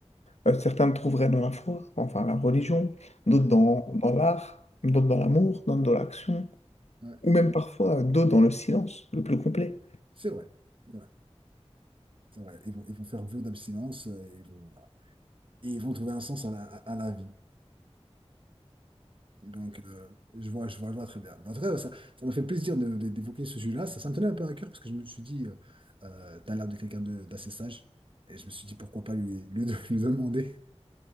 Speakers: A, on the left; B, on the right.
A: euh, certains le trouveraient dans la foi, enfin la religion, d'autres
B: Ouais,
A: dans, dans l'art, d'autres dans l'amour, d'autres dans l'action,
B: ouais.
A: ou même parfois euh, d'autres dans le silence, le plus complet.
B: C'est vrai. C'est vrai. C'est vrai. Ils vont, ils vont faire vœu d'abstinence. euh, et Ils vont... voilà. et ils vont trouver un sens à la, à la vie. Donc, euh, je vois, je vois, je vois très bien. En tout cas, ça, ça m'a fait plaisir de- de- d'évoquer ce sujet-là. Ça, ça me tenait un peu à cœur parce que je me suis dit, euh, euh, t'as l'air de quelqu'un de- d'assez sage. Et je me suis dit, pourquoi pas lui, lui, de- <laughs> lui demander.